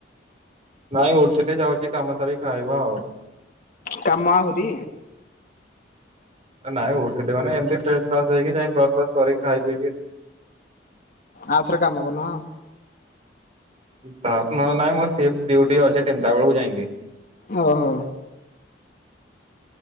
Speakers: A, on the right; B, on the left.
A: ନାଇଁ ଉଠିଲି, ଯାଉଚି କାମ ସାରି ଖାଇବା ଆଉ।
B: କାମ ଆହୁରି?
A: ନାଇଁ ଉଠିଲି ମାନେ ଏମିତି ଫ୍ରେଶ ଫ୍ରାସ ହେଇକି ଯାଇ ବ୍ରସ ଫ୍ରସ କରିକି ଖାଇ ପିଇକି
B: ଆଉଥରେ କାମ କରୁନ ଅଁ <inaudible>
A: ତ ମ ନା ମ ସିଫ୍ଟ ଡିୟୁଟି ଅଛି ତିନଟା ବେଳକୁ ଯାଇକି।
B: ଅହୋ।